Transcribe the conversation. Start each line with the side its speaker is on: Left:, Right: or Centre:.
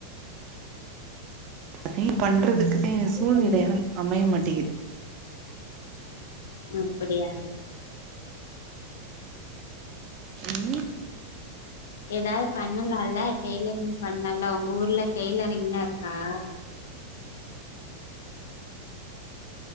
Right: அதையு பண்றதுக்குதா சூழ்நிலை
Left: ம்
Right: அ அமைய மாட்டிங்கிது
Left: நொப்படியா
Right: உம்
Left: ஏதாவது பண்ணலால்ல டெய்லரிங் பண்ணலால்ல உங்க ஊர்ல டெய்லரிங்லா இருக்கா